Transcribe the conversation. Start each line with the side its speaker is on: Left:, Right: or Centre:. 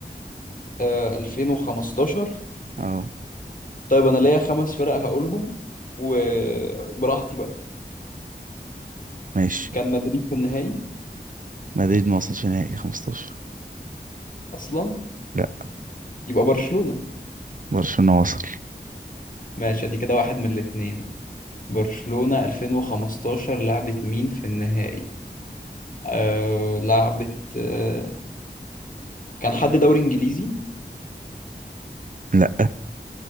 Left: آه 2015
Right: اه
Left: طيب انا ليا خمس فرق هقولهم وبراحتي بقى
Right: ماشي
Left: كان مدريد في النهائي
Right: مدريد ما وصلش نهائي 15
Left: اصلا
Right: لا
Left: يبقى برشلونة
Right: برشلونه وصل
Left: ماشي ادي كده واحد من الاتنين برشلونة 2015 لعبت مين في النهائي آه لعبت آه كان حد دوري انجليزي
Right: لا